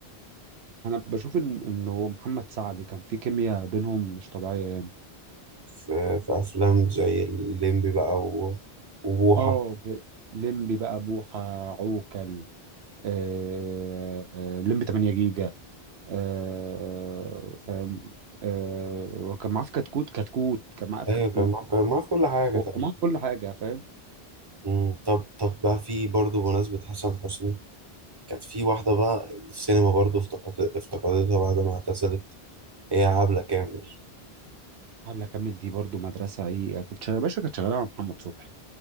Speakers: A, on the right; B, on the right.
A: بشوف ان انه محمد سعد كان في كيمياء بينهم مش طبيعيه يعني
B: في, في افلام زي الليمبي بقى و- وبوحة
A: اه في- ليمبي بقى بوحه عوكل آه... آه، ليمبي 8 جيجا آه... فاهم آه... وكان معاه في كتكوت كتكوت كان معاه في
B: ايوه
A: كتكوت
B: كان معاه كان معاه في كل حاجة
A: وكان
B: تقريبا
A: معاه في كل حاجه فاهم
B: مم، طب طب بقى في برضه بمناسبة حسن حسني كانت في واحدة بقى السينما برضه افتقدت افتقدتها بعد ما اعتزلت هي عبلة كامل
A: قبل اكمل دي برضو مدرسه ايه كانت شغاله باشا كانت شغاله مع محمد صبحي